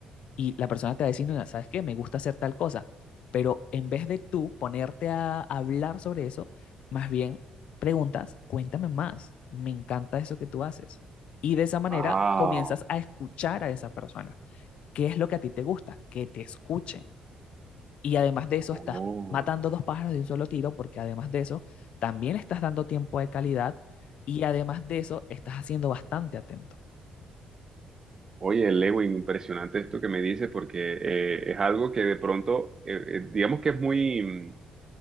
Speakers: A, on the left; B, on the right.
A: y la persona te va a decir, "Mira, ¿sabes qué? Me gusta hacer tal cosa. Pero en vez de tú ponerte a hablar sobre eso, más bien preguntas, cuéntame más, me encanta eso que tú haces. Y de esa manera
B: Wow.
A: comienzas a escuchar a esa persona. ¿Qué es lo que a ti te gusta? Que te escuchen. Y además de eso
B: Oh.
A: estás matando dos pájaros de un solo tiro porque además de eso también estás dando tiempo de calidad y además de eso estás haciendo bastante atento.
B: Oye, Lewin, impresionante esto que me dice porque eh, es algo que de pronto, eh, eh, digamos que es muy... mm,